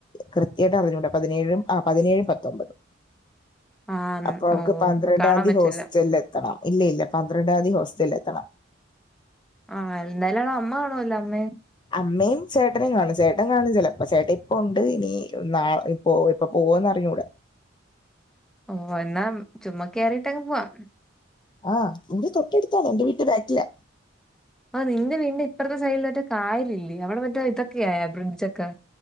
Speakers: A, on the left (about 25°); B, in the centre.
A: കൃത്യായിട്ട് അറിഞ്ഞൂട പതിനേഴും ആ പതിനേഴും പത്തൊമ്പതും.
B: <inaudible>
A: അപ്പൊ അവക്ക്
B: ഓ
A: പന്ത്രണ്ടാതീതി
B: ഇപ്പൊ കാണാൻ പറ്റില്ല
A: ഹോസ്റ്റലിൽ എത്തണം ഇല്ല ഇല്ല പന്ത്രണ്ടാം തീയതി ഹോസ്റ്റലിൽ എത്തണം.
B: ആഹ ന്നായാലും ആ അമ്മ കാണുവല്ലോ അമ്മയെ?
A: അമ്മെയും ചേട്ടനും കാണും. ചേട്ടൻ കാണും ചെലപ്പ ചേട്ടൻ ഇപ്പ ഉണ്ട് ഇനി നാ പ്പോ ഇപ്പൊ പോവോന്ന് അറിഞ്ഞൂട.
B: ഓ ന്നാ ചുമ്മാ കയറിയിട്ടങ് പോവാം.
A: ആഹ് ഇൻ്റെ തൊട്ടടുത്താണ് എന്റെ വീട്ട് ബാക്കിലാ.
B: ആ നിന്റെ വീടിന് ഇപ്പറത്തെ സൈഡിൽ മറ്റേ കായലില്ലേ അവിടെ മറ്റേ ഇതൊക്കെ ആയൊ ബ്രിഡ്ജൊക്കെ?